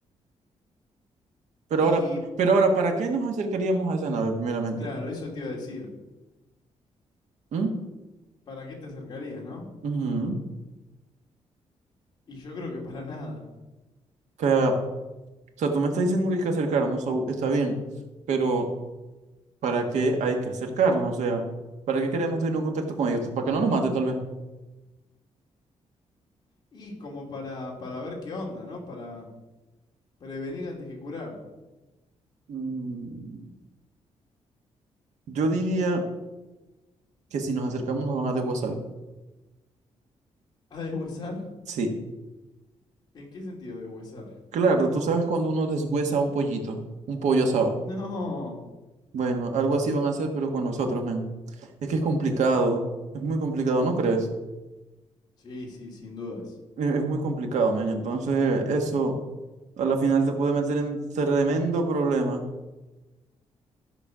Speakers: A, on the right; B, on the left.
A: Pero
B: Y
A: ahora, pero ahora, ¿para qué nos acercaríamos a esa nave primeramente?
B: Claro, eso te iba a decir.
A: ¿Mm?
B: ¿Para qué te acercarías, no?
A: Ujú.
B: Y yo creo que para <laughs> nada.
A: O sea, o sea, tú me estás diciendo que hay que acercarnos, so, está bien, pero ¿para qué hay que acercarnos? O sea, ¿para qué queremos tener un contacto con ellos? Pues, Para que no nos maten, tal vez.
B: Y como para, para ver qué onda, ¿no? Para prevenir antes que curar.
A: Mm, Yo diría que si nos acercamos nos van a deshuesar.
B: ¿A deshuesar?
A: Sí,
B: ¿En qué sentido deshuesar?
A: Claro, tú sabes cuando uno deshuesa un pollito, un pollo asado.
B: No.
A: Bueno, algo así van a hacer, pero con nosotros, men. Es que es complicado, es muy complicado, ¿no crees?
B: Sí, sí, sin dudas.
A: Es, es muy complicado, men. Entonces, eso a la final te puede meter en tremendo problema.